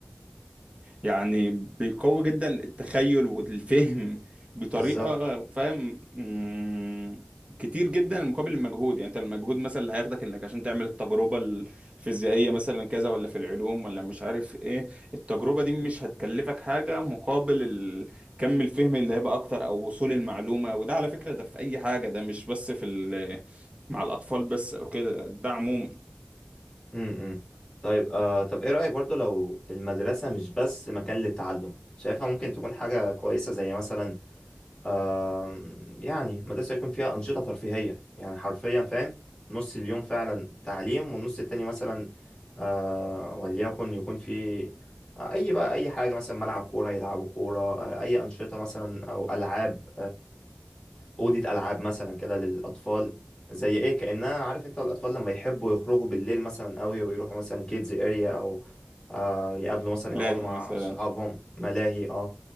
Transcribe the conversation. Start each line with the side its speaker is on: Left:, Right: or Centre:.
Right: يعني بيقوي جدا التخيل والفهم بطريقة
Left: بالظبط
Right: فاهم مم، كتير جدا مقابل المجهود يعني انت المجهود مثلا اللي هياخدك انك عشان تعمل التجربة الفيزيائية مثلا كذا ولا في العلوم ولا مش عارف ايه التجربة دي مش هتكلفك حاجة مقابل ال- كم الفهم اللي هيبقى اكتر او وصول المعلومة وده على فكرة ده في اي حاجة ده مش بس في ال- مع الاطفال بس او كده ده عموما
Left: امم امم. طيب آه طب ايه رأيك برضو لو المدرسة مش بس مكان للتعلم شايفها ممكن تكون حاجة كويسة زي مثلا آه يعني مدرسة يكون فيها أنشطة ترفيهية يعني حرفيا فاهم نص اليوم فعلا تعليم والنص التاني مثلا آه وليكن يكون في أي بقى أي حاجة مثلا ملعب كورة يلعبوا كورة آه أي أنشطة مثلا أو ألعاب أوضة ألعاب مثلا كده للأطفال زي إيه كأنها عارف أنت الأطفال لما يحبوا يخرجوا بالليل مثلا قوي ويروحوا مثلا كيدز أريا أو آه يقابلوا مثلا
Right: ملاهي
Left: يقعدوا مع
Right: مثلا
Left: صحابهم ملاهي أه